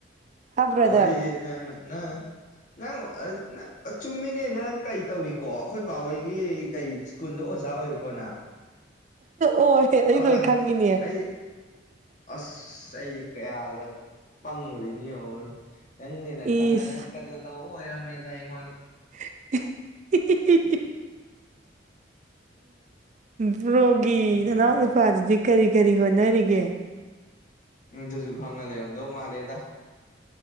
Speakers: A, on the right (about 40°); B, on the left (about 45°).
A: ꯍꯥ ꯕ꯭ꯔꯗꯔ
B: ꯋꯥꯔꯤꯁꯤ ꯅꯥꯪꯟ ꯅꯪ ꯅꯪ ꯅꯪ ꯆꯨꯝꯃꯤꯅꯦ ꯅꯪ ꯀꯔꯤ ꯇꯧꯏꯀꯣ ꯑꯈꯣꯏ ꯕꯥꯍꯣꯏꯒꯤ ꯀꯩ ꯁ꯭ꯀꯨꯜꯗ ꯑꯣꯖꯥ ꯑꯣꯏꯀꯣ ꯅꯪ
A: ꯑꯣ ꯑꯩ
B: ꯑꯥꯏ
A: ꯂꯣꯏ ꯈꯪꯉꯤꯅꯦ
B: ꯑꯩ ꯑꯁ ꯑꯩꯁꯦ ꯀꯌꯥꯗ ꯄꯪꯉꯨꯔꯤꯅꯤꯌꯣꯡꯅꯦ ꯅꯪꯅꯦꯅ ꯈꯪꯉꯒ
A: ꯏꯁ
B: ꯅꯪ ꯀꯥꯗ꯭ꯔ ꯇꯧꯕ ꯑꯣꯏꯔꯝꯃꯦꯗ ꯑꯩꯉꯣꯟꯗ
A: <unintelligible> ꯔꯕꯣꯒꯤ
B: ꯎꯝ
A: ꯅꯅꯥꯎ ꯅꯨꯄꯥꯗꯨꯗꯤ ꯀꯔꯤ ꯀꯔꯤ ꯍꯣꯠꯅꯔꯤꯒꯦ
B: ꯑꯗꯨꯁꯨ ꯈꯪꯉ ꯂꯩꯔꯝꯗꯧ ꯃꯥꯜꯂꯦꯗ